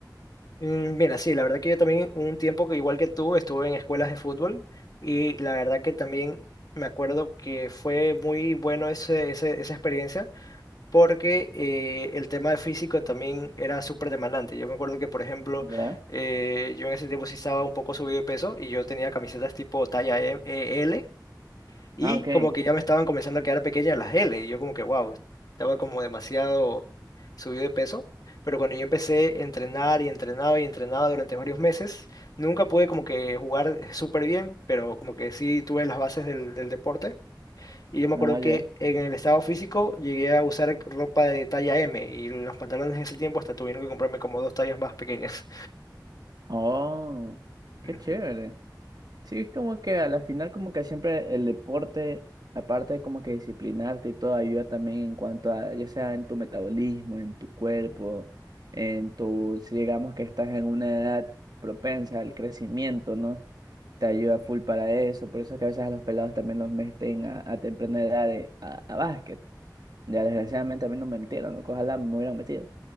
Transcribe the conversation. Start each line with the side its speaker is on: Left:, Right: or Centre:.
Left: Mm, Mira, sí, la verdad que yo también un tiempo que igual que tú estuve en escuelas de fútbol y la verdad que también me acuerdo que fue muy bueno ese, ese- esa experiencia porque eh, el tema físico también era súper demandante. Yo me acuerdo que, por ejemplo,
Right: ¿Ya?
Left: eh, yo en ese tiempo sí estaba un poco subido de peso y yo tenía camisetas tipo talla M- eh, L Y
Right: Ah, ok.
Left: como que ya me estaban comenzando a quedar pequeñas las L. Y yo como que, wow, estaba como demasiado subido de peso. Pero cuando yo empecé a entrenar y entrenaba y entrenaba durante varios meses, nunca pude como que jugar súper bien, pero como que sí tuve las bases del, del deporte. Y yo me acuerdo
Right: Ah, ya.
Left: que en el estado físico llegué a usar ropa de talla M y los pantalones en ese tiempo hasta tuvieron que comprarme como dos tallas más pequeñas.
Right: Oh,
Left: <laughs>
Right: qué chévere. Sí, es como que a la final como que siempre el deporte, aparte de como que disciplinarte y todo, ayuda también en cuanto a, ya sea en tu metabolismo, en tu cuerpo, en tu, si digamos que estás en una edad propensa al crecimiento, ¿no? Te ayuda full para eso, por eso es que a veces a los pelados también los meten a, a temprana edad de- a, a básquet. Ya desgraciadamente a mí no me metieron, ¿no? que Ojalá me hubieran metido,